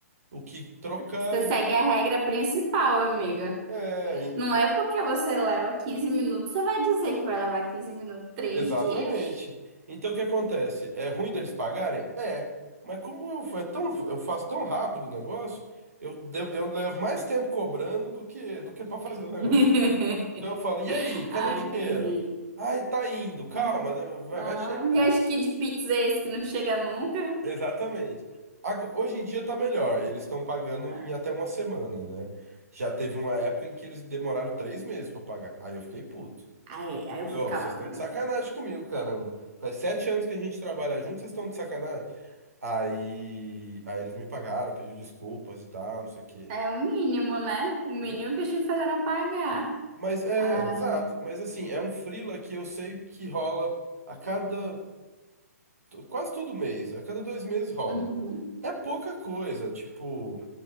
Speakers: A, on the right (about 65°); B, on the right (about 35°).
A: o que trocar,
B: você
A: então.
B: segue a regra principal, amiga.
A: É,
B: Não é porque você leva 15 minutos, você vai dizer que vai levar 15 minutos, três
A: Exatamente.
B: dias.
A: Então o que acontece? É ruim deles pagarem? É. Mas como eu, é tão, eu faço tão rápido o negócio, eu, de- eu levo mais tempo cobrando do que, do que para fazer o
B: <laughs>
A: negócio. Então eu falo, e aí, cadê
B: Ah,
A: o dinheiro?
B: entendi.
A: Ai, tá indo, calma,
B: Aham.
A: né, vai,
B: Aham.
A: vai chegar.
B: E acho que de Pix é esse que não chega nunca.
A: Exatamente. Ago- hoje em dia tá melhor, eles estão pagando
B: É.
A: em até uma semana, né? Já teve uma época em que eles demoraram três meses para pagar. Aí eu fiquei puto.
B: Aí, aí eu
A: Falei,
B: ficava
A: ó, vocês
B: também.
A: estão de sacanagem comigo, caramba. Faz sete anos que a gente trabalha junto, vocês estão de sacanagem. Aí, aí eles me pagaram, pediu desculpas e tal, não sei o quê.
B: É o mínimo, né? O mínimo
A: E,
B: que a gente faz era pagar.
A: mas é,
B: Ah,
A: exato. Mas assim, é um freela que eu sei que rola a cada, to- quase todo mês, a cada dois meses rola.
B: uhum.
A: É pouca coisa, tipo,